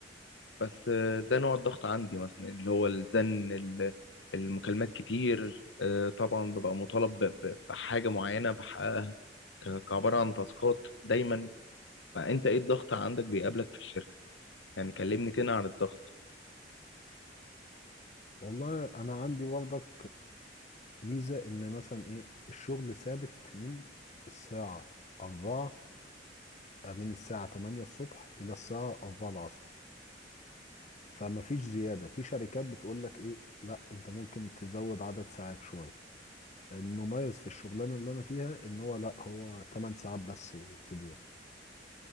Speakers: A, on the left; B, on the left.
A: بس آه، ده نوع الضغط عندي مثلا اللي هو الزن ال- المكالمات كتير آه، طبعا ببقى مطالب ب- ب- بحاجه معينه بحققها ك- كعباره عن تاسكات دايما فانت ايه الضغط عندك بيقابلك في الشركه يعني كلمني كده عن الضغط
B: والله أنا عندي برضك ميزة إن مثلا إيه الشغل ثابت من الساعة أربعة آه، من الساعة تمانية الصبح إلى الساعة أربعة العصر فمفيش زيادة في شركات بتقول لك إيه لا أنت ممكن تزود عدد ساعات شوية المميز في الشغلانه اللي انا فيها ان هو لا هو 8 ساعات بس في اليوم